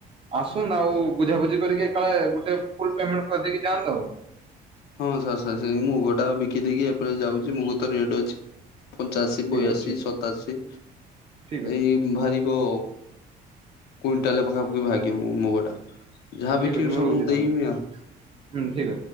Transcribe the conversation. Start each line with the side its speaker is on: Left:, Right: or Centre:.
Right: ଆସନ୍ତୁ ଆଉ ବୁଝାବୁଝି କରିକି ଏକାଳେ ଗୋଟେ ଫୁଲ ପେମେଣ୍ଟ କରିଦେଇକି ଯାଆନ୍ତୁ ଆଉ।
Left: ହଁ ସାର୍ ସାର୍ ସେଇ ମୁଗଟା ବିକି ଦେଇକି ଏପାଳି ଯାଉଛି ମୁଗ ତ ରେଟ୍ ଅଛି। ପଞ୍ଚାଅଶୀ,
Right: ଠିକ
Left: ବୟାଶୀ,
Right: ଅଛି
Left: ସତାଅଶୀ
Right: ଠିକ ଅଛି
Left: ଏଇ ବାହାରିବ କୁଇଣ୍ଟାଲ ପାଖାପାଖି ଭାଗିବ ମୁଗ ଟା। ଯାହା
Right: ଠିକ
Left: ବିକିମି
Right: ଅଛି
Left: ସବୁ
Right: ରହୁଛି
Left: ମୁଁ
Right: ତାହେଲେ
Left: ଦେଇମି ଆଉ।
Right: ହୁଁ ଠିକ ଅଛି।